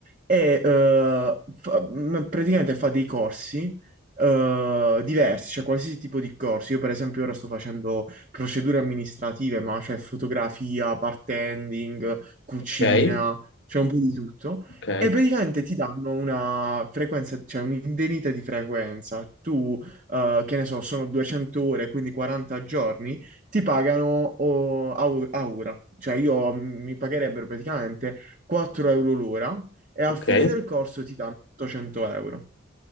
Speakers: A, on the right (about 40°); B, on the left (about 60°).
A: e eh, fa- m- praticamente fa dei corsi eh, diversi, cioè qualsiasi tipo di corsi. Io per esempio ora sto facendo procedure amministrative, ma c'è fotografia, bartending, cucina,
B: Ok,
A: c'è un po' di tutto.
B: ok,
A: E praticamente ti danno una frequenza, cioè un'indennità di frequenza. Tu eh, che ne so, sono 200 ore, quindi 40 giorni, ti pagano oh, a, u- a ora. Cioè io mm, mi pagherebbero praticamente 4 euro l'ora e alla
B: ok.
A: fine del corso ti danno 800 euro.